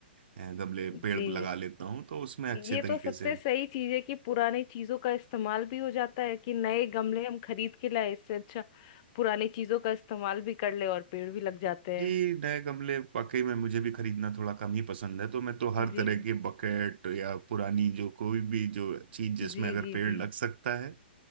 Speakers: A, on the right (about 65°); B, on the left (about 30°).
A: अ, गमले पेड़
B: जी
A: लगा लेता हूँ तो उसमें अच्छे
B: ये
A: तरीके
B: तो सबसे
A: से
B: सही चीज है कि पुरानी चीजों का इस्तेमाल भी हो जाता है कि नए गमले हम खरीद के लाए इससे अच्छा पुरानी चीजों का इस्तेमाल भी कर ले और पेड़ भी लग जाते
A: जी
B: हैं
A: नए गमले वाकई में मुझे भी खरीदना थोड़ा कम ही पसंद है तो मैं तो हर
B: जी
A: तरह के बकेट या पुरानी जो कोई भी जो चीज जिसमें
B: जी
A: अगर
B: जी
A: पेड़
B: जी
A: लग सकता है